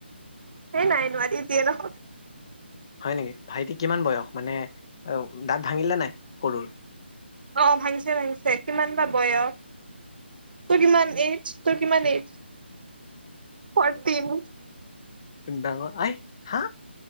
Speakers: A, on the right; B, on the left.
A: এই নাই এইনোৱাৰি নিদিয়ে নহয়।
B: হয় নেকি ভাইটি কিমান বয়স মানে দাঁত ভাঙিলে নাই সৰুৰ।
A: অঁ, ভাঙিছে ভাঙিছে কিমান বা বয়স তোৰ কিমান এইজ। তোৰ কিমান এইজ পৰটিন।
B: ডাঙ আই হা।